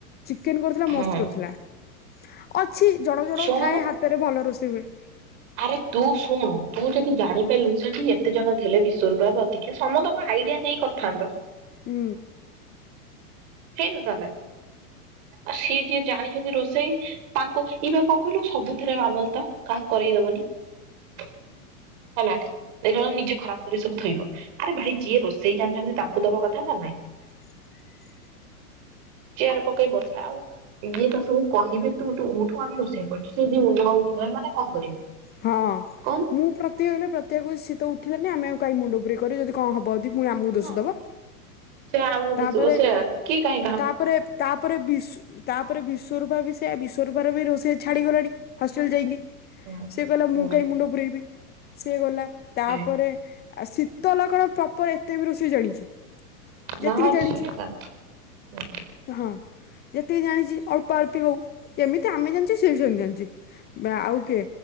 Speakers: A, on the left (about 20°); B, on the right (about 45°).
A: ଚିକେନ୍ କରିଥିଲା
B: ହୁଁ
A: ମସ୍ତ
B: ହୁଁ
A: କରିଥିଲା। ଅଛି ଜଣ ଜଣ
B: ଶୁଣୁନୁ
A: ଥାଏ ହାତରେ ଭଲ ରୋଷେଇ ହୁଏ।
B: ଆରେ ତୁ ଶୁଣୁ ତୁ ଯଦି ଜାଣିପାଇଲୁନି ସେଠି ଏତେ ଜଣ ଥିଲେ ବିଶ୍ଵରୂପା ପ୍ରତିକ୍ଷା ସମସ୍ତଙ୍କ ଆଇଡିଆ ନେଇ କରିଥାନ୍ତ।
A: ହୁଁ।
B: ହେଇ ନଥାନ୍ତା। ଆ ସିଏ ଯିଏ ଜାଣିଚନ୍ତି ରୋଷେଇ ତାଙ୍କ ଏଇ ପା କଣ କହିଲୁ ସବୁଥିରେ ମାମଲ ତ କାହା କରେଇଦବନି। ହଲା ଏଇଥର ନିଜେ ଖରାପ କରି ସବୁ ଥୋଇବ। ଆରେ ଭାଇ ଯିଏ ରୋଷେଇ ଜାଣିଛନ୍ତି ତାଙ୍କୁ ଦବା କଥା ନା। ନାଇଁ।
A: ହ
B: ଚେୟାର୍ ପକେଇ ବସିଲା। ଆଉ ଇଏ ତ ସବୁ କହିବେ ତୁ ତୁ ଉଠୁ ଆମେ ରୋଷେଇ କରୁଛୁ। ସିଏ ଯଦି <unintelligible> ଉଠିବ ଏ ମାନେ କଣ କରିବେ।
A: ହଁ
B: କହୁନୁ
A: ମୁଁ ପ୍ରତିକ୍ଷା ଗଲେ ପ୍ରତିକ୍ଷା କୁହେ ସିଏ ତ ଉଠିବନି ଆମେ ଆଉ କାଇ ମୁଣ୍ଡ ପୁୁରେଇ କରିବୁ ଯଦି କଣ ହବ ଧିକ ପୁଣି ଆମକୁ ଦୋଷ
B: ହଁ
A: ଦବ।
B: ସେ ଆଣ ଆମକୁ
A: ତାପରେ
B: ଦୁଷ ଦ ସେୟା କିଏ କାଇଁ
A: ତାପରେ ତାପରେ ବିଶ୍ ତାପରେ ବିଶ୍ଵରୂପା ବି ସେୟା ବିଶ୍ଵ ରୂପାର ବି ରୋଷେଇ ଛାଡିଗଲାଣି ହଷ୍ଟେଲ୍ ଯାଇକି।
B: ହୁଁ
A: ସିଏ କହିଲା ମୁଁ
B: ହୁଁ
A: କାହିଁ ମୁଣ୍ଡ ପୁୁରେଇବି। ସିଏ ଗଲା, ତାପରେ
B: ସେ
A: ଆ, ଶୀତଲ କଣ ପ୍ରପର୍ ଏତେ ବି ରୋଷେଇ ଜାଣିଛି? ଯେତିକି
B: ନା
A: ଜାଣିଛି
B: ସିଏ ତା ହୁଁ
A: ଏ ହଁ। ଯେତିକି ଜାଣିଛି ଅଳ୍ପ ଅଳ୍ପି ହଉ କେମିତି ଆମେ ଜାଣିଛେ ସିଏ ବି ସେମିତି ଜାଣିଛି ବା ଆଉ କିଏ